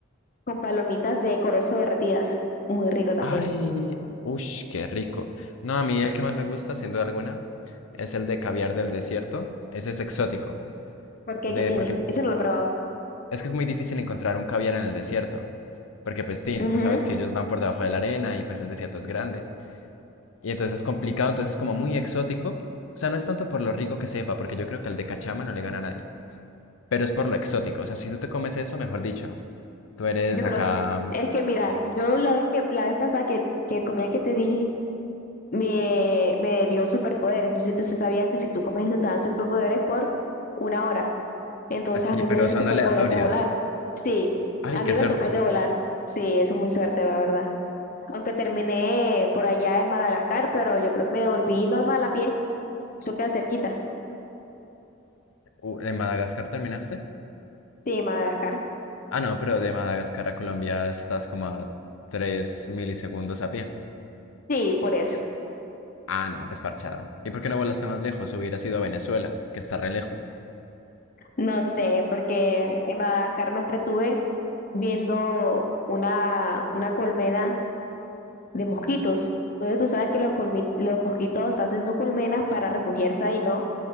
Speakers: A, on the left; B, on the left.
A: con palomitas de corozo derretidas. Muy rico también.
B: Ay, uff, qué rico. No, a mí el que más me gusta, sin duda alguna, es el de caviar del desierto. Ese es exótico,
A: ¿Por qué?
B: de
A: ¿Qué tiene?
B: porque
A: Eso no lo he probado.
B: es que es muy difícil encontrar un caviar en el desierto, porque pues tin,
A: Ujú.
B: tú sabes que ellos van por debajo de la arena y pues el desierto es grande. Y entonces es complicado, entonces es como muy exótico. O sea, no es tanto por lo rico que sepa, porque yo creo que al de cachama no le gana a nadie, pero es por lo exótico. O sea, si tú te comes eso, mejor dicho, tú eres
A: Yo creo,
B: acá.
A: es que mira, yo la vez que la vez pasada que, que comí el que te dije, me, me dio superpoderes. No sé si tú sí sabías que si tú comes este te dan superpoderes por una hora. Entonces
B: Ah, sí,
A: a mí
B: pero
A: me dio el
B: son
A: superpoder
B: aleatorios.
A: de volar. Sí,
B: Ay,
A: a
B: qué
A: mí me
B: suerte.
A: tocó el de volar. Sí, eso es muy suerte, la verdad. Aunque terminé por allá en Madagascar, pero yo creo me devolví normal a pie. Eso queda cerquita.
B: Uh, ¿en Madagascar terminaste?
A: Sí, Madagascar.
B: Ah, no, pero de Madagascar a Colombia estás como a 3 milisegundos a pie.
A: Sí, por eso.
B: Ah, no, pues parchada. ¿Y por qué no volaste más lejos? Hubiera sido a Venezuela, que está re lejos.
A: No sé, porque en Madagascar me entretuve viendo una, una colmena de mosquitos. Entonces tú sabes que los, colmi- los mosquitos hacen sus colmenas para refugiarse ahí, ¿no?